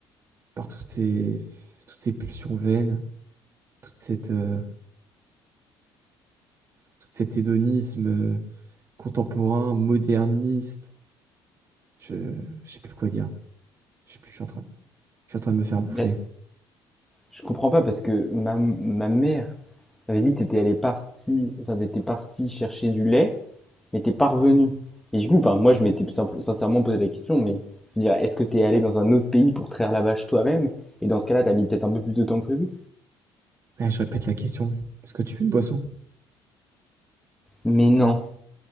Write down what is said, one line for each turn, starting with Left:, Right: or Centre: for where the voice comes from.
Right: par toutes ces, toutes ces pulsions vaines, toute cette, euh, tout cet hédonisme. euh, contemporain, moderniste. Je, je sais plus quoi dire. Je sais plus, je suis en train, je suis en train de me faire bouffer.
Centre: Mais je comprends pas parce que ma, ma mère m'avait dit que t'étais allé parti, enfin, t'étais parti chercher du lait. mais t'es pas revenu. Et du coup, enfin, moi, je m'étais simple- sincèrement posé la question, mais je veux dire, est-ce que t'es allé dans un autre pays pour traire la vache toi-même? Et dans ce cas-là, t'as mis peut-être un peu plus de temps que prévu.
Right: Là, je répète la question. Est-ce que tu veux une boisson?
Centre: Mais non,